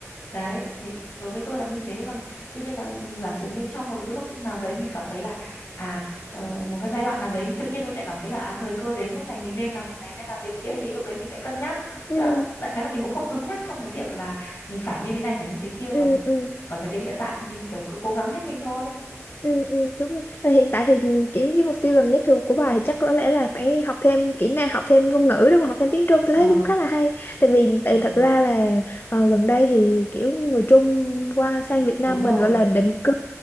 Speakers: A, on the left; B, on the left.
A: đấy thì đối với tôi là như thế còn tuy nhiên là giả sử như trong một cái lúc nào đấy mình cảm thấy là à ờ, một cái giai đoạn nào đấy tự nhiên mình lại cảm thấy là à thời cơ đến lúc này mình nên làm việc này nên làm việc kia thì lúc đấy mình sẽ cân nhắc
B: ừ
A: chứ đại khái là mình cũng không cứng nhắc trong cái việc là mình phải như thế này phải như thế kia
B: ừ
A: còn
B: ừ
A: ở thời điểm hiện tại thì mình kiểu cứ cố gắng hết mình thôi
B: ừ ừ, đúng rồi Ờ, hiện tại thì kiểu cái mục tiêu gần nhất thì của bà thì chắc có lẽ là phải học thêm kỹ năng học thêm ngôn ngữ đúng không học thêm tiếng Trung tôi
A: ờ
B: thấy cũng khá là hay tại vì tại
A: ừ.
B: thật ra là ờ, gần đây thì kiểu người Trung qua sang Việt Nam
A: đúng rồi
B: mình gọi là định cư